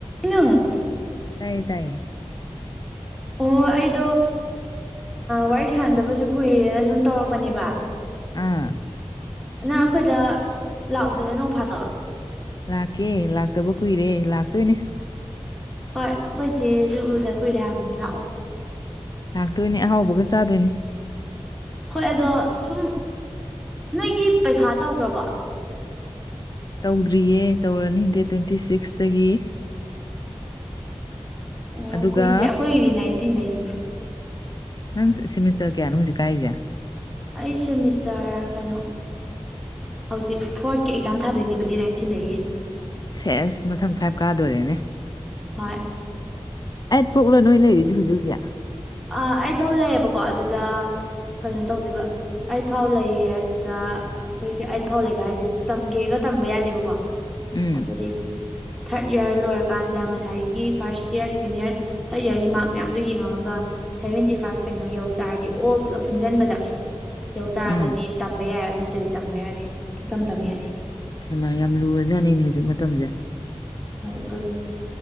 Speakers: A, in the centre; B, on the left.
A: ꯏꯩꯅꯪ
B: ꯇꯥꯏꯌꯦ ꯇꯥꯏꯌꯦ
A: ꯑꯣ ꯑꯩꯗꯣ ꯋꯥꯔꯤ ꯁꯥꯟꯗꯕꯁꯨ ꯀꯨꯏꯔꯦꯅ ꯁꯨꯝ ꯇꯧꯔꯛꯄꯅꯦꯕ
B: ꯑꯥ
A: ꯅꯪ ꯑꯩꯈꯣꯏꯗ ꯂꯥꯛꯎꯗꯅꯦ ꯅꯣꯡꯐꯥꯗꯣ
B: ꯂꯥꯛꯀꯦ ꯂꯥꯛꯇꯕ ꯀꯨꯏꯔꯦ ꯂꯥꯛꯇꯣꯏꯅꯦ
A: ꯍꯣꯏ ꯑꯩꯈꯣꯏꯁꯦ ꯂꯨꯗ ꯀꯨꯏꯔꯦ ꯍꯥꯏꯕꯅꯤ ꯂꯥꯛꯑꯣ
B: ꯂꯥꯛꯇꯣꯏꯅꯦ ꯑꯍꯥꯎꯕꯒ ꯆꯥꯗꯣꯏꯅꯤ
A: ꯍꯣꯏ ꯑꯗꯣ ꯁꯨꯝ ꯅꯣꯏꯒꯤ ꯄꯩꯈꯥ ꯇꯧꯈ꯭ꯔꯕꯣ
B: ꯇꯧꯗ꯭ꯔꯤꯌꯦ ꯇꯧꯔꯅꯤ ꯗꯦꯠ ꯇ꯭ꯋꯦꯟꯇꯤ ꯁꯤꯛꯁꯇꯒꯤ
A: ꯑꯣ
B: ꯑꯗꯨꯒ
A: ꯀꯨꯏꯗ꯭ꯔꯦ ꯑꯩꯈꯣꯏꯒꯤꯗꯤ ꯟꯅꯩ
B: ꯅꯪ ꯁꯤꯦꯃꯤꯁꯇꯔ ꯀꯌꯥꯅꯣ ꯍꯧꯖꯤꯛ ꯀꯥꯏꯔꯤꯁꯦ
A: ꯑꯩ ꯁꯦꯃꯤꯁꯇꯔ ꯀꯩꯅꯣ ꯍꯧꯖꯤꯛ ꯐꯣꯔꯠꯀꯤ ꯑꯦꯛꯖꯥꯝ ꯊꯥꯗꯣꯏꯅꯦꯕꯗꯤ ꯅꯥꯏꯟꯇꯤꯟꯗꯒꯤ
B: ꯁꯦꯁ ꯃꯊꯪ ꯐꯥꯏꯚ ꯀꯥꯗꯣꯔꯦꯅꯦ ꯅꯦ
A: ꯍꯣꯏ
B: ꯑꯩ ꯄꯣꯛꯂꯣꯏ ꯅꯣꯏ ꯂꯩꯔꯤꯁꯤꯦ ꯍꯧꯖꯤꯛ ꯍꯧꯖꯤꯛ
A: ꯑ ꯑꯩ ꯐꯥꯎ ꯂꯩꯌꯦꯦꯕꯀꯣ ꯑꯗꯨꯗ ꯀꯩꯅꯣ ꯇꯧꯗꯣꯏꯕ ꯑꯩꯠ ꯐꯥꯎ ꯂꯩꯌꯦ ꯑꯗꯨꯗ ꯑꯩꯈꯣꯏꯁꯦ ꯑꯩꯠ ꯐꯥꯎ ꯂꯩꯕ ꯍꯥꯏꯁꯦ ꯇꯝꯒꯦꯒ ꯇꯝꯕ ꯌꯥꯗꯦꯕꯀꯣ
B: ꯎꯝ
A: ꯑꯕꯗꯤ ꯊꯥꯔꯠ ꯏꯌꯥꯔ ꯂꯣꯏꯔꯀꯥꯟꯗ ꯉꯁꯥꯏꯒꯤ first year second year third ꯏꯌꯥꯔꯒꯤ ꯃꯥꯔꯛ ꯃꯌꯥꯝꯗꯨꯣ ꯌꯦꯡꯉꯒ ꯁꯚꯦꯟꯇꯤ ꯐꯥꯏꯚ ꯀꯩꯅꯣ ꯌꯧ ꯇꯥꯔꯗꯤ ꯑꯣ ꯄꯨꯂꯞ ꯄꯨꯟꯁꯤꯟꯕꯗ ꯌꯧ ꯇꯥꯔꯒꯗꯤ
B: ꯎꯝ
A: ꯇꯝꯕ ꯌꯥꯏ ꯑꯗꯨ ꯅꯠꯇꯗꯤ ꯇꯝꯕ ꯌꯥꯗꯦ ꯑꯗꯨꯝꯇ ꯇꯝ ꯌꯥꯗꯦ
B: ꯏꯃ ꯌꯥꯝ ꯂꯨꯔꯖꯥꯠꯅꯤꯅꯦ ꯍꯧꯖꯤꯛ ꯃꯇꯝꯁꯦ
A: ꯍꯣꯏ ꯂ